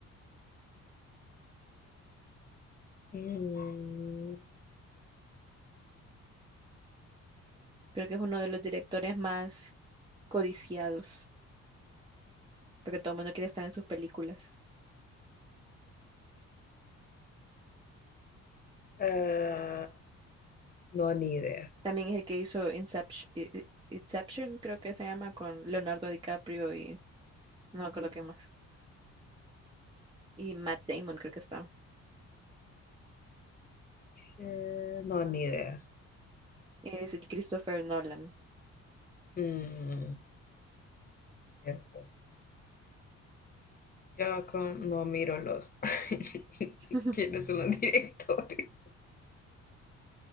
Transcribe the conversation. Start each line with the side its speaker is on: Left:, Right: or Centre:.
Left: Mm,
Right: Creo que es uno de los directores más codiciados porque todo el mundo quiere estar en sus películas.
Left: ah, no, ni idea.
Right: También es el que hizo Inception, eh, eh, Inception, creo que se llama, con Leonardo DiCaprio y no me acuerdo qué más. Y Matt Damon creo que está.
Left: Eh, no, ni idea.
Right: Es el Christopher Nolan.
Left: Mm, cierto. Yo con- no miro los... <laughs>
Right: <laughs>
Left: ¿Quiénes son los directores?